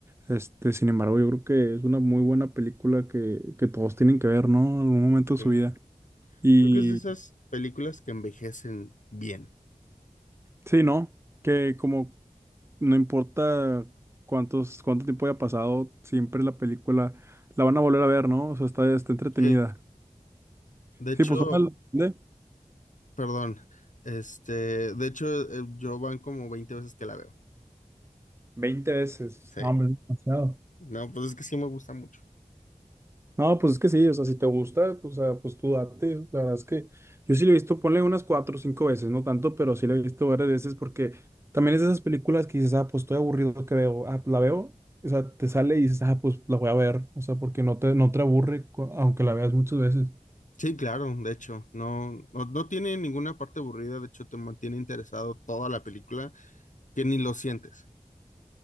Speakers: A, on the right (about 20°); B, on the left (about 65°).
A: Este, sin embargo, yo creo que es una muy buena película que, que todos tienen que ver, ¿no? En algún momento de
B: Ok.
A: su vida. Y
B: Creo que es de esas películas que envejecen bien.
A: sí, ¿no? Que como no importa cuántos, cuánto tiempo haya pasado, siempre la película la van a volver a ver, ¿no? O sea, está, está entretenida.
B: Sí, de hecho,
A: Sí, pues una... ¿de?
B: perdón, este, de hecho, eh, yo van como veinte veces que la veo.
A: 20 veces.
B: Sí,
A: No, hombre, es demasiado.
B: no, pues es que sí me gusta mucho.
A: No, pues es que sí, o sea, si te gusta, pues, o sea, pues tú date. La verdad es que yo sí lo he visto, ponle unas cuatro o cinco veces, no tanto, pero sí lo he visto varias veces porque también es de esas películas que dices, ah, pues estoy aburrido que veo, ah, pues, la veo, o sea, te sale y dices, ah, pues la voy a ver, o sea, porque no te, no te aburre cu- aunque la veas muchas veces.
B: Sí, claro, de hecho, no, no, no tiene ninguna parte aburrida, de hecho te mantiene interesado toda la película, que ni lo sientes.